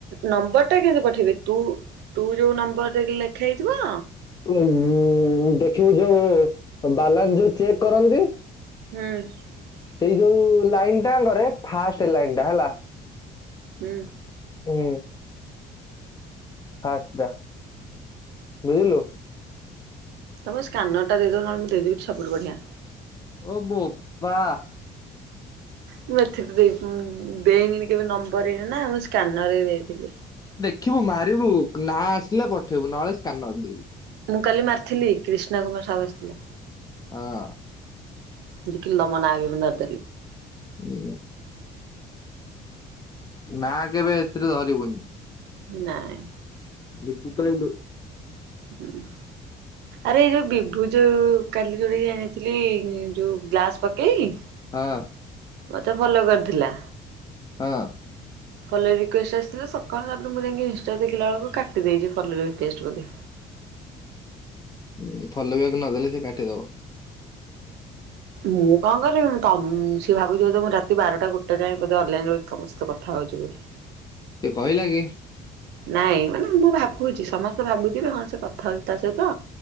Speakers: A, on the right; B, on the left.
A: ନମ୍ବର ଟା କେମତି ପଠେଇବି? ତୁ, ତୁ ଯୋଉ ନମ୍ବର ରେ ଲେଖା ହୋଇଥିବ।
B: ଉ ଦେଖିବୁ ଯୋଉ ବାଲାନ୍ସ ଯୋଉ ଚେକ୍ କରନ୍ତି।
A: ହୁଁ।
B: ସେଇ ଯୋଉ ଲାଇନ ଟା ଙ୍କରେ, ଫାଷ୍ଟ ଲାଇନ ଟା ହେଲା।
A: ହୁଁ।
B: ହୁଁ। ଫାଷ୍ଟ ଟା ବୁଝିଲୁ।
A: ତମ ସ୍କାନର ଟା ଦେଇଦଉନ, ମୁଁ ଦେଇଦେବି ସବୁଠୁ ବଢିଆ।
B: ଓ ବୋପା।
A: ମୁଁ ଏଥିରେ ଦେଇ- ଦେଇନିନି କେବେ ନମ୍ବର ହେଇନି ନା ମୁଁ ସ୍କାନର ଦେଇଥିଲି।
B: କ୍ୟୁ ମାରିବୁ, ନା ଆସିଲେ ପଠେଇବୁ। ନହେଲେ ସ୍କାନର ଦେବି।
A: ମୁଁ କାଲି ମାରିଥିଲି କ୍ରିଷ୍ଣା କୁମାର ସାହୁ ଆସିଥିଲା।
B: ହଁ।
A: ଦେଖିଲ ତମ ନାଁ ବି ମୁଁ ଧରିଥିଲି।
B: ଏ। ନା କେବେ ଏଥିରେ ଧରିବୁନି।
A: ନାଇଁ।
B: ବିସ୍କୁଟ୍ ଖାଇଲୁ?
A: ହଁ ।ଆରେ ଏଇ ଯୋଉ ବିଭୁ ଯେଉଁ କାଲି ଯେଉଁଠିକି ଯାଇନଥିଲି, ଯେଉଁ ଗ୍ଲାସ୍ ପକେଇ
B: ହଁ।
A: ମତେ ଭଲ କରିଥିଲା।
B: ହଁ।
A: ଫୋଲ ରିକ୍ୱେଷ୍ଟ ଆସିଥିଲା, ସକାଳ ତାପରେ, ମୁଁ ଯାଇକି ଇଷ୍ଟା ରେ ଦେଖିଲା ବେଳକୁ କାଟି ଦେଇଛି ଫୋଲ ରିକ୍ୱେଷ୍ଟ ବୋଧେ।
B: ହୁଁ, ଫୋଲୋ ବ୍ୟାକ୍ ନଦେଲେ ସେ କାଟିଦବ।
A: ମୁଁ କଣ କରିବି? ତମ-ସିଏ ଭାବୁଛିି ବୋଧେ, ମୁଁ ରାତି ବାରଟା ଗୋଟୋ ଯାଏ ବୋଧେ ଅନଲାଇନ ରି ତମ ସହ କଥା ହୋଉଛି ବୋଲି।
B: ସେ କହିଲ କି?
A: ନାଇଁ, ମାନେ ମୁଁ ଭାବୁଛି, ସମସ୍ତେ ଭାବୁଥିବେ ହଁ ସେ କଥା ହଉଛି, ତା ସହିତ